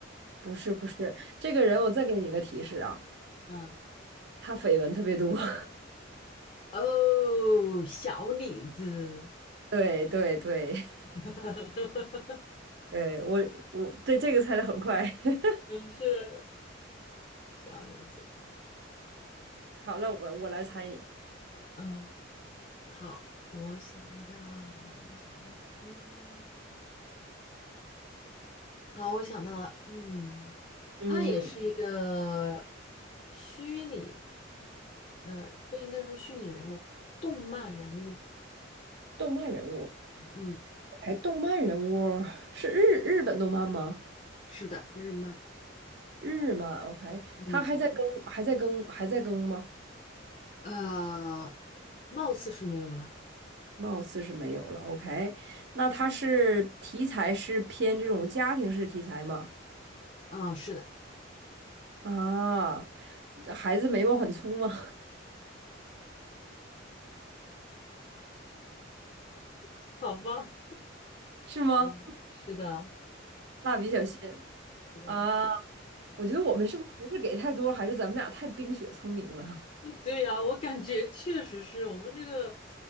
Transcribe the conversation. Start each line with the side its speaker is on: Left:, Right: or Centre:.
Right: 不是，不是这个人。我再给你一个提示啊，
Left: 啊，
Right: 他绯闻特别多。<laughs>
Left: 哦，小李子，
Right: 对对对
Left: <laughs>
Right: 对，我我对这个猜的很快。<laughs>
Left: 真是小李子。
Right: 好了，我我来猜你。
Left: 嗯，好，我想一下啊，我来想一下。嗯，好，我想到了。嗯，
Right: 嗯，
Left: 他也是一个虚拟，呃，不应该说虚拟人物，动漫人物。
Right: 动漫人物，
Left: 嗯，
Right: 哎，动漫人物是日日本动漫吗？
Left: 是的，日漫。
Right: 日漫，OK，
Left: 嗯，
Right: 它还在更，还在更，还在更吗？
Left: 呃，貌似是没有了。
Right: 貌似是没有了，OK。那它是题材是偏这种家庭式题材吗？
Left: 哦，是的，
Right: 啊，孩子眉毛很粗吗？
Left: <laughs> 好吧。
Right: <laughs> 是吗？
Left: 嗯，是的，
Right: 蜡笔小新
Left: 对呀，
Right: 啊，我觉得我们是不是不是给太多了还是咱们俩太冰雪聪明了？
Left: <laughs> 嗯对呀，我感觉确实是我们这个